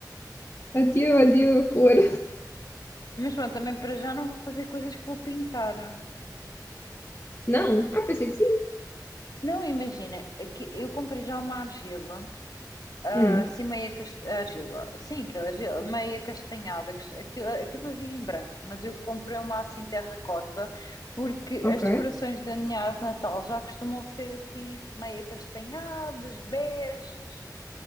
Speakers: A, on the left; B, on the left.
A: Adieu,
B: óbvio, não é?
A: adieu a cor.
B: Mas pronto, também para já não vou fazer coisas que vou pintar.
A: Não, ah, pensei que sim.
B: Não, imagina, é que eu comprei já uma argila, ah,
A: Hum,
B: assim meia cast... argila, sim, aquela argila, meia castanhada, cas- aquilo, aquilo havia em branco, mas eu comprei uma assim terracota, porque
A: ok.
B: as decorações da minha árvore de Natal já costumam ser assim meia castanhadas, beges,